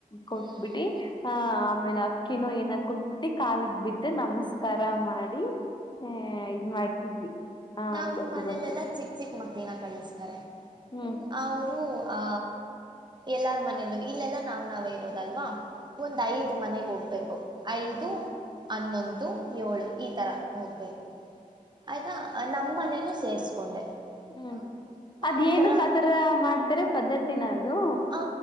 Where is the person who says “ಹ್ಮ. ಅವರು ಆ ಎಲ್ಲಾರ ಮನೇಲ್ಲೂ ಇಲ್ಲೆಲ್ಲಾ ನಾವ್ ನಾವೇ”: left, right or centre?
Right